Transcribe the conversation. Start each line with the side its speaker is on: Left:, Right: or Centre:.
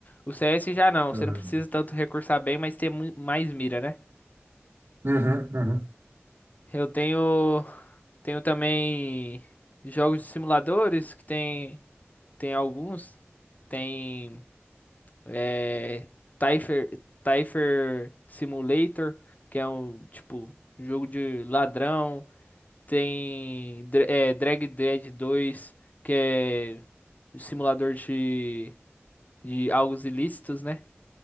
Left: O CS já não,
Right: É,
Left: você não precisa tanto recursar bem, mas ter mu- mais mira, né?
Right: Uhum, uhum.
Left: Eu tenho. Tenho também jogos de simuladores que tem tem alguns, tem é, Typher, Typher Simulator, que é um tipo jogo de ladrão, tem Dra- é, Drag Dead 2, que é um simulador de de algos ilícitos, né?